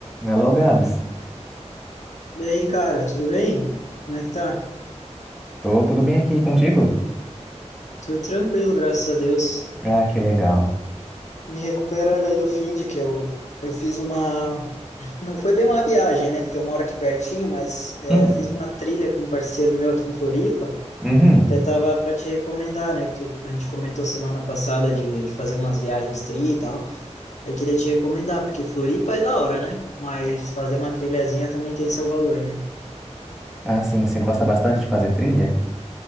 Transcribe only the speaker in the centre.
Alô, Gabs.
Tô tudo bem aqui contigo?
Ah, que legal.
Hum.
Uhum.
Ah, sim, você gosta bastante de fazer trilha?